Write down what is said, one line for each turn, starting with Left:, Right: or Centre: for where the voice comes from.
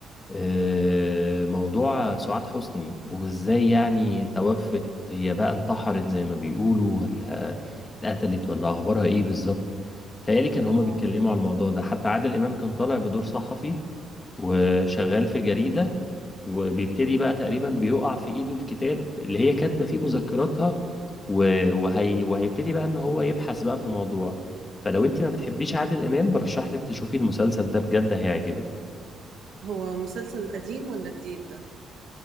Left: آه، موضوع سعاد حسني وازاي يعني توفت هي بقى انتحرت زي ما بيقولوا ولا اتقتلت ولا اخبارها ايه بالظبط بتهيألي كان هما
Right: اه
Left: بيتكلموا على الموضوع ده حتى عادل امام كان طالع بدور صحفي وشغال في جريدة وبيبتدي بقى تقريبا بيقع في ايده الكتاب اللي هي كاتبة فيه مذكراتها و- وهي وهيبتدي بقى ان هو يبحث بقى في الموضوع فلو انت ما بتحبيش عادل امام برشح لك تشوفي المسلسل ده بجد هيعجبك
Right: هو مسلسل قديم ولا جديد ده